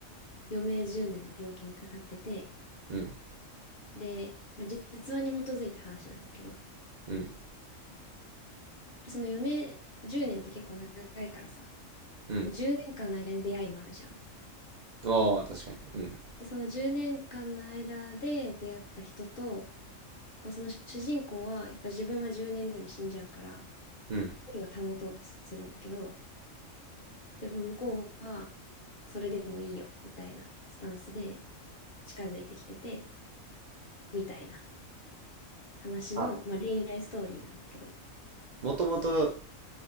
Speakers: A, on the left (about 50°); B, on the right (about 55°).
A: 余命10年の病気にかかってて、
B: うん、
A: で、まあ、実話に基づいた話なんだけど、
B: うん、
A: で、その余命10年って結構長いからさ、
B: うん。
A: で10年間の間に出会いもあるじゃん。
B: ああ、確かに。うん、
A: で、その10年間の間で出会った人と、こうその主人公はやっぱ自分は10年後に死んじゃうから、
B: うん。
A: 距離を保とうとするんだけど、でも向こうはそれでもいいよみたいなスタンスで近づいてきてて、みたいな話の、
B: あ
A: まあ、恋愛ストーリーなんだけど、
B: もともと、